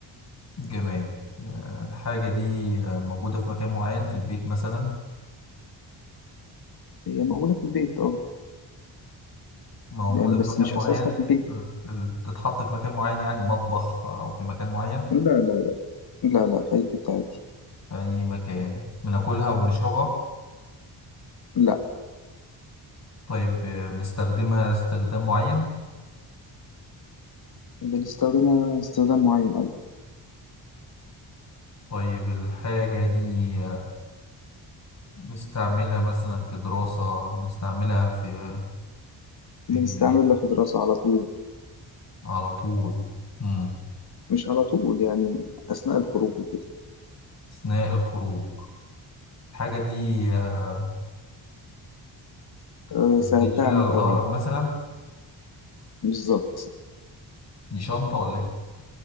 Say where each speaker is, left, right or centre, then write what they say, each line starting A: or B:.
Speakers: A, on the left (about 35°); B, on the left (about 55°).
A: جماد آه، الحاجة دي آه، موجودة في مكان معين في البيت مثلا
B: هي موجودة في البيت اه
A: موجودة
B: يعني بس
A: في مكان
B: مش
A: معين
B: أساسها في البيت
A: ال- ال- تتحط في مكان معين يعني مطبخ أو في مكان معين
B: لا لا لا لا لا في أي حتة عادي
A: في أي مكان بناكلها وبنشربها
B: لا
A: طيب آه، بنستخدمها استخدام معين
B: بنستخدمها استخدام معين أيضا
A: طيب الحاجة دي نستعملها مثلا في دراسة بنستعملها في في
B: بنستعملها في دراسة على طول
A: على طول مم.
B: مش على طول يعني أثناء الخروج وكده
A: أثناء الخروج الحاجة دي آه،
B: أه سهلتها
A: بتشيل
B: عليك
A: على ظهرك
B: أوي على فكرة
A: مثلا
B: بالظبط
A: دي شنطة ولا إيه؟